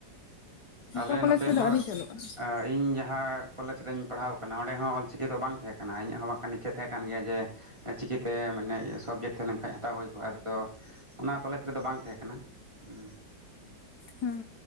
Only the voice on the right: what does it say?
ᱟᱞᱮ
ᱱᱚᱛᱮ
ᱦᱚᱸᱜ
ᱟᱡ ᱤᱧ ᱡᱟᱦᱟᱸ ᱠᱳᱞᱮᱡᱽ ᱨᱮᱧ ᱯᱟᱲᱦᱟᱣ ᱟᱠᱟᱱᱟ ᱚᱸᱰᱮ ᱦᱚᱸ ᱚᱞ ᱪᱤᱠᱤ ᱫᱚ ᱵᱟᱝ ᱛᱟᱦᱮᱸ ᱠᱟᱱᱟ ᱤᱧᱟᱹᱜ ᱦᱚᱸ ᱵᱟᱝᱠᱷᱟᱱ ᱤᱪᱷᱟᱹ ᱛᱟᱦᱮᱸ ᱠᱟᱱ ᱜᱮᱭᱟ ᱡᱮ ᱪᱤᱠᱤᱛᱮ ᱢᱟᱱᱮ ᱥᱚᱵᱽᱡᱮᱠᱴ ᱛᱟᱦᱮᱸ ᱞᱮᱱᱠᱷᱟᱡ ᱦᱟᱛᱟᱣ ᱦᱩᱭ ᱠᱚᱜᱼᱟ ᱟᱫᱚ ᱚᱱᱟ ᱠᱚᱞᱮᱡᱽ ᱨᱮᱫᱚ ᱵᱟᱝ ᱛᱟᱦᱮᱸ ᱠᱟᱱᱟ ᱦᱩᱸ